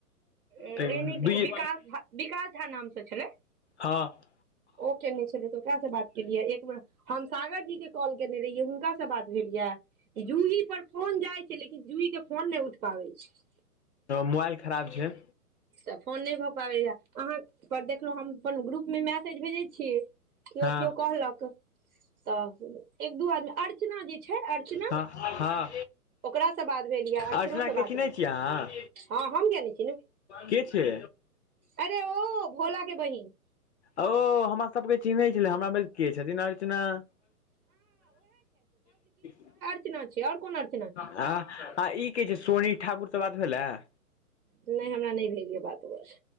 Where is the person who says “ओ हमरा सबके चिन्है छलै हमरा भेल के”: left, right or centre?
Left